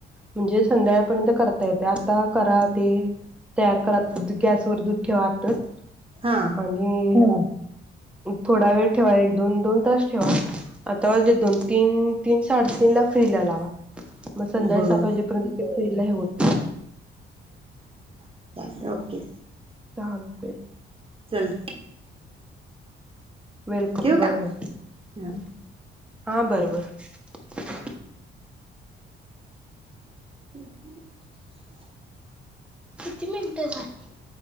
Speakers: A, in the centre; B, on the right.
A: म्हणजे संध्याकाळपर्यंत करता येते आत्ता करा ते तयार करा, गॅसवर दूध ठेवा आत्ताच
B: हा
A: आणि थोडा वेळ ठेवा, एक- दोन दोन तास ठेवा आता माझे दोन - तीन तीन -साडेतीनला फ्रीजला लावा. म संध्याकाळी
B: बर
A: सात वाजेपर्यंत फ्री लय होत
B: हा ओके
A: चालतय
B: चल्
A: वेलकम
B: ठेऊ
A: बर
B: का?
A: बर
B: हं
A: हा बर बरं
B: अहं
A: किती मिंट झाली?